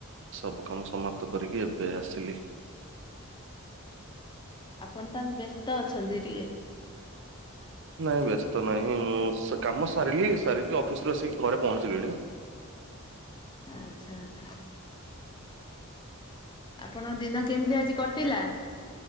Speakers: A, on the right; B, on the left.
A: ସବୁ କାମ ସମାପ୍ତ କରିକି ଏବେ ଆସିଲି।
B: <inaudible> ଆପଣ ତାହେଲେ ବ୍ୟସ୍ତ ଅଛନ୍ତି ଟିକେ?
A: ନାଇଁ ବ୍ୟସ୍ତ ନାହିଁ ମୁଁ ସ କାମ ସାରିଲି ସାରିକି ଅଫିସରୁୁ ଆସିକି ଘରେ ପହଞ୍ଚିଲିଣି। <inaudible>
B: ଆଚ୍ଛା ଆଚ୍ଛା। ଆପଣ ଦିନ କେମିତି ଆଜି କଟିଲା?